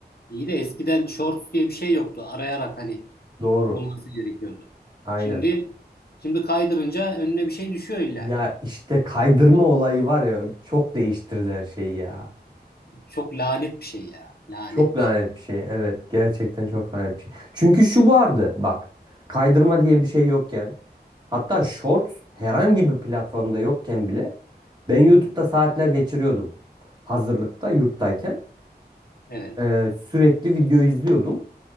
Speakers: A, on the left (about 65°); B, on the right (about 25°).
A: iyi de eskiden shorts diye bir şey yoktu. Arayarak hani
B: Doğru.
A: bulması gerekiyordu.
B: Aynen.
A: Şimdi şimdi kaydırınca önüne bir şey düşüyor illaki.
B: Ya işte kaydırma olayı var ya çok değiştirdi her şeyi ya.
A: Çok lanet bir şey ya. Lanet
B: Çok lanet
A: bir şey.
B: bir şey. Evet, gerçekten çok lanet bir şey. Çünkü şu vardı bak. Kaydırma diye bir şey yokken hatta Shorts herhangi bir platformda yokken bile ben YouTube'da
A: Hı hı.
B: saatler geçiriyordum. Hazırlıkta, yurttayken
A: Evet.
B: Ee, sürekli video izliyordum.